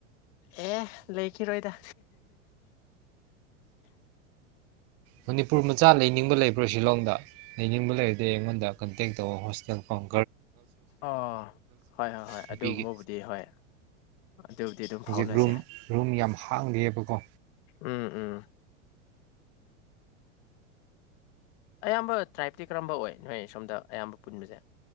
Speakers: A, on the left; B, on the right.
A: ꯑꯦ ꯂꯩꯈꯤꯔꯣꯏꯗ
B: ꯃꯅꯤꯄꯨꯔ ꯃꯆꯥ ꯂꯩꯅꯤꯡꯕ ꯂꯩꯕ꯭ꯔꯣ ꯁꯤꯂꯣꯡꯗ ꯂꯩꯅꯤꯡꯕ ꯂꯩꯔꯗꯤ ꯑꯩꯉꯣꯟꯗ ꯀꯟꯇꯦꯛ ꯇꯧꯑꯣ ꯍꯣꯁꯇꯦꯜ ꯐꯪ
A: ꯑ ꯍꯣꯏ ꯍꯣꯏ ꯍꯣꯏ
B: ꯅꯨꯄꯤꯒꯤ
A: ꯑꯗꯨꯒꯨꯝꯕꯕꯨꯗꯤ ꯍꯣꯏ ꯑꯗꯨꯕꯨꯗꯤ ꯑꯗꯨꯝ
B: ꯍꯧꯖꯤꯛ
A: ꯐꯥꯎꯅꯁꯦ
B: ꯔꯨꯝ ꯔꯨꯝ ꯌꯥꯝ ꯍꯥꯡꯗꯦꯕꯀꯣ
A: ꯎꯝ ꯎꯝ ꯑꯌꯥꯝꯕ ꯇ꯭ꯔꯥꯏꯞꯇꯤ ꯀꯔꯝꯕ ꯑꯣꯏ ꯅꯣꯏ ꯁꯣꯝꯗ ꯑꯌꯥꯝꯕ ꯄꯨꯟꯕꯁꯦ